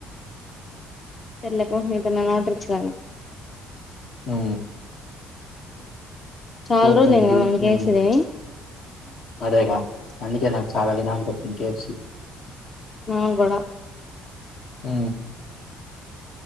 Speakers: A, on the left (about 30°); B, on the left (about 60°).
A: తెర్లేపో మీతన్నా ఓటరిచ్చగాల
B: ఊ
A: చాలా
B: ఫోర్
A: రోజులైంది
B: ట్వంటీ
A: కదా మనకి
B: ఊ
A: ఏసేది
B: అదేగా అందుకే నాకు చాలా దిననికి ఇంకాప్సి
A: నా కూడా
B: ఊ